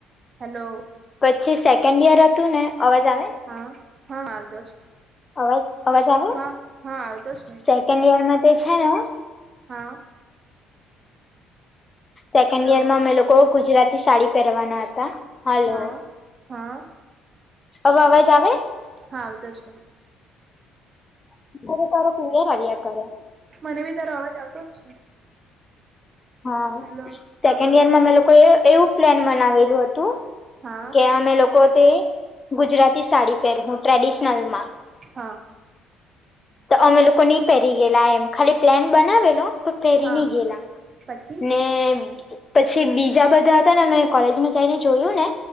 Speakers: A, on the right; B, on the left.
A: હેલો
B: પછી સેકન્ડ યર અતું ને અવાજ આવે
A: હાં હા આવતો છે
B: અવાજ અવાજ આવે
A: હા હા આવતો છે
B: સેકન્ડ યરમાં માટે છે ને
A: હાં
B: સેકન્ડ
A: હલો
B: યરમાં અમે લોકો ગુજરાતી સાડી પેરવાના અતા હલો
A: હા હા
B: અવે અવાજ આવે?
A: હાં આવતો છે.
B: <unintelligible>
A: મને બી તારો અવાજ આવતો જ છે.
B: હા
A: હેલો
B: સેકન્ડ
A: હા બોલ
B: યર માં અમે લોકો એ એવું પ્લાન બનાવેલું હતું
A: હા
B: કે અમે લોકો તે ગુજરાતી સાડી પેરહું ટ્રેડિશનલમાં
A: હા
B: તો અમે લોકો ની પહેરી ગયેલા એમ ખાલી પ્લેન બનાવેલો પણ પહેરી
A: હા
B: ની ગેલા
A: પછી
B: ને પછી બીજા બધા હતા ને અમે કોલેજમાં જઈને જોયું ને